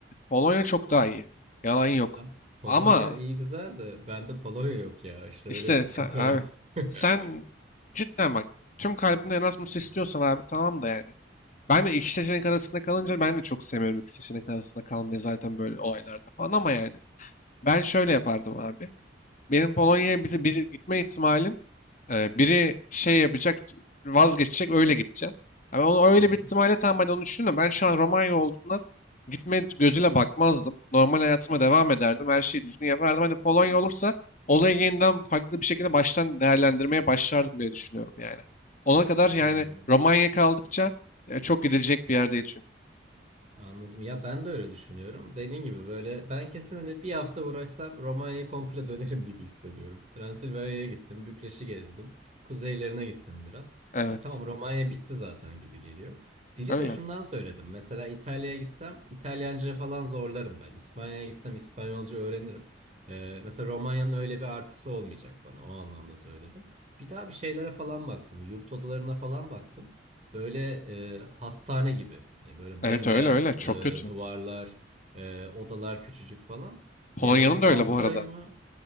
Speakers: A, on the left; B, on the right.
A: Polonya çok daha iyi. Yalan yok.
B: Abi, Polonya
A: Ama
B: iyi güzel de bende Polonya yok ya. İşte
A: işte
B: öyle bir sıkıntı
A: sen, abi
B: var. <laughs>
A: sen cidden bak tüm kalbinle Erasmus istiyorsan abi tamam da yani. Ben de iki seçenek arasında kalınca ben de çok sevmiyorum iki seçenek arasında kalmayı zaten böyle olaylarda falan ama yani. Ben şöyle yapardım abi benim Polonya'ya biri, biri gitme ihtimalim e, biri şey yapacak vazgeçecek öyle gideceğim. Yani onu öyle
B: Hı hı.
A: bir ihtimalle tam ben onu düşündüm de ben şu an Romanya olduğundan gitme gözüyle bakmazdım. Normal hayatıma devam ederdim. Her şeyi düzgün yapardım. Hani Polonya olursa olayı yeniden farklı bir şekilde baştan değerlendirmeye başlardım diye düşünüyorum yani. Ona kadar yani
B: Hı.
A: Romanya kaldıkça e, çok gidilecek bir yer değil çünkü.
B: Anladım. Ya ben de öyle düşünüyorum. Dediğin gibi böyle ben kesin hani bir hafta uğraşsam Romanya'yı komple <laughs> dönerim gibi hissediyorum. Transilvanya'ya gittim, Bükreş'i gezdim, kuzeylerine gittim biraz.
A: Evet.
B: E, tamam Romanya bitti zaten gibi geliyor. Dili
A: Öyle.
B: de şundan söyledim. Mesela İtalya'ya gitsem İtalyanca falan zorlarım ben. İspanya'ya gitsem İspanyolca öğrenirim. E, mesela Romanya'nın öyle bir artısı olmayacak bana. O anlamda söyledim. Bir daha bir şeylere falan baktım. Yurt odalarına falan baktım. Böyle e, hastane gibi. Yani böyle
A: Evet
B: bembeyaz
A: öyle öyle. Çok
B: e,
A: kötü.
B: duvarlar, e, odalar küçücük falan.
A: Polonya'nın
B: Yani 6
A: da öyle bu arada.
B: ay mı?